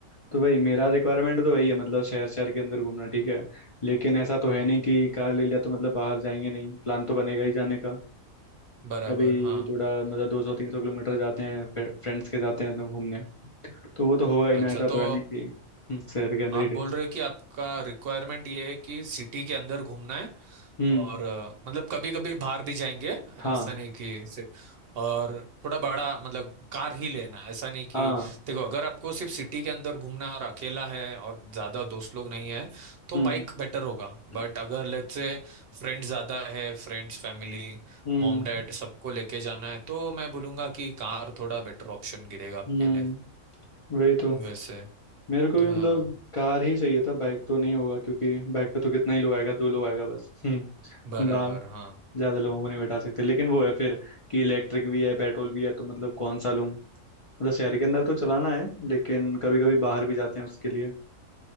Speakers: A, on the left (about 60°); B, on the right (about 55°).
A: तो भाई मेरा रिक्वायरमेंट तो वही है मतलब शहर शहर के अंदर घूमना ठीक है लेकिन ऐसा तो है
B: ओके
A: नहीं कि कार ले लिया तो मतलब बाहर जाएंगे नहीं प्लान तो बनेगा ही जाने का
B: बराबर
A: कभी
B: हाँ
A: थोड़ा मतलब दो सौ तीन सौ किलोमीटर जाते हैं फिर फ्रेंड्स के जाते हैं तो घूमने तो वो तो होगा ही
B: अच्छा
A: ना ऐसा तो
B: तो
A: है नहीं कि हम्म, शहर के अंदर
B: आप
A: ही
B: बोल रहे हो कि आपका रिक्वायरमेंट ये है कि सिटी के अंदर घूमना है
A: हम्म
B: और अ, मतलब कभी कभी बाहर भी जाएंगे
A: हाँ
B: ऐसा नहीं कि सिर्फ और थोड़ा बड़ा मतलब कार ही लेना ऐसा नहीं कि
A: हाँ
B: देखो अगर आपको सिर्फ सिटी के अंदर घूमना है और अकेला है और ज्यादा दोस्त लोग नहीं है तो
A: हम्म
B: बाइक बेटर होगा
A: हम्म,
B: बट अगर लेट्स से फ्रेंड ज्यादा है फ्रेंड्स फैमिली
A: हम्म
B: मॉम डैड सबको लेके जाना है तो मैं बोलूंगा कि कार थोड़ा बेटर ऑप्शन गिरेगा आपके
A: हम्म
B: लिए
A: वही तो
B: वैसे
A: मेरे को भी
B: हाँ
A: मतलब कार ही चाहिए था बाइक तो नहीं होगा क्योंकि बाइक पे तो कितना ही लोग आएगा दो लोग आएगा बस हम्म
B: बराबर
A: बाहर
B: हाँ
A: ज्यादा लोगों को नहीं बैठा सकते लेकिन वो है फिर कि इलेक्ट्रिक भी है पेट्रोल भी है तो मतलब कौन सा लूं मतलब शहर के अंदर तो चलाना है लेकिन कभी कभी बाहर भी जाते हैं उसके लिए